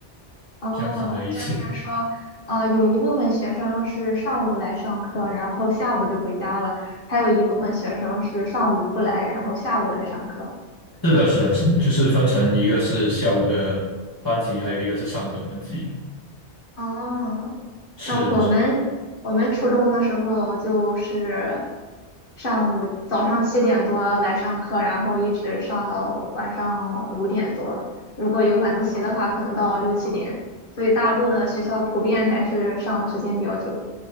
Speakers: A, on the left; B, on the left.
A: 哦，
B: 这样子的意思。
A: 就是说，
B: <laughs>
A: 啊，有一部分学生是上午来上课，然后下午就回家了；还有一部分学生是上午不来，然后下午来上课。
B: 是的，是的，是的，就是分成一个是下午的班级，还有一个是上午的班级。
A: 哦，
B: 是是
A: 那我们我们初中的时候就是上午早上七点多来上课，然后一直上到晚上五点多。如果有晚自习的话，可能到六七点。所以大陆的学校普遍还是上的时间比较久。